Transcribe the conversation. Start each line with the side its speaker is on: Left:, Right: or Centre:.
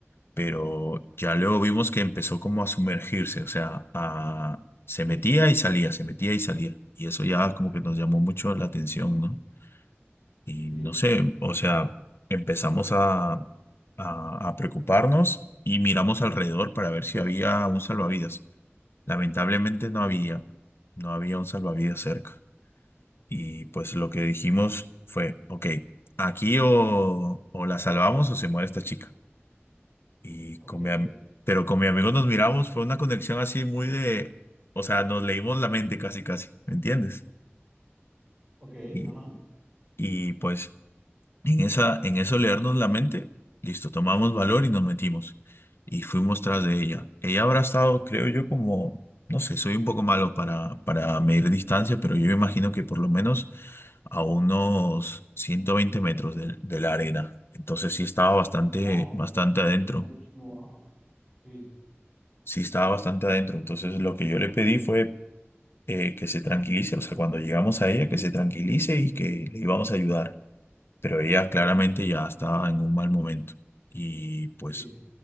Left: Pero ya luego vimos que empezó como a sumergirse, o sea, a, se metía y salía, se metía y salía. Y eso ya
Right: Sí,
Left: como que nos llamó
Right: sí,
Left: mucho la atención, ¿no? Y
Right: sí,
Left: no sé, o sea, empezamos a, a- a preocuparnos y miramos alrededor para ver si había un salvavidas. Lamentablemente no
Right: sí.
Left: había, no había un salvavidas cerca. Y pues lo que dijimos fue, ok, aquí o, o la salvamos o se muere esta chica. Y
Right: Ok,
Left: con mi am- pero con mi amigo nos miramos, fue una conexión así muy de, o sea, nos leímos la mente casi, casi, ¿me entiendes?
Right: ok,
Left: Y,
Right: ajá.
Left: y pues... En esa, en eso leernos la mente, listo, tomamos valor y nos metimos. Y fuimos tras de ella. Ella habrá estado, creo yo, como, no sé, soy un poco malo para, para medir distancia, pero yo me imagino que por lo menos a unos 120 metros del- de, la arena. Entonces sí estaba bastante,
Right: Wow,
Left: bastante adentro.
Right: muchísimo. ajá. Sí,
Left: Sí estaba bastante adentro. Entonces lo que yo le pedí fue eh, que se tranquilice, o sea, cuando llegamos a ella, que se tranquilice y que le íbamos a ayudar pero ella claramente ya estaba en un mal momento y pues
Right: sí.